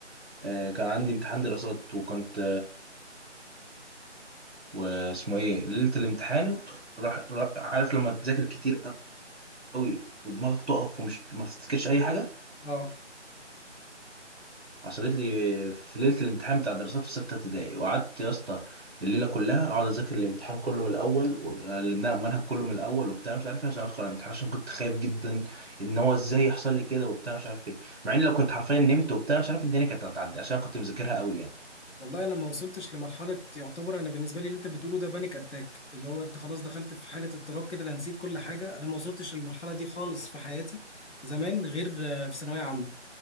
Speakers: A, on the right; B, on the left.
A: آه، كان عندي امتحان دراسات وكنت واسمه ايه ليله الامتحان راح راح- عارف لما تذاكر كتير قوي ودماغك تقف ومش ما تفتكرش اي حاجه
B: اه
A: حصلت لي في ليله الامتحان بتاع دراسات في سته ابتدائي وقعدت يا اسطى الليله كلها اقعد اذاكر الامتحان كله من الاول وعلمناه المنهج كله من الاول وبتاع مش عارف ايه عشان ادخل على الامتحان عشان كنت خايف جدا ان هو ازاي يحصل لي كده وبتاع مش عارف ايه مع اني لو كنت حرفيا نمت وبتاع مش عارف الدنيا كانت هتعدي عشان كنت مذاكرها قوي يعني
B: والله انا ما وصلتش لمرحله يعتبر انا بالنسبه لي اللي انت بتقوله ده بانيك اتاك اللي هو انت خلاص دخلت في حاله اضطراب كده انا نسيت كل حاجه انا ما وصلتش للمرحله دي خالص في حياتي زمان غير آه، في ثانويه عامه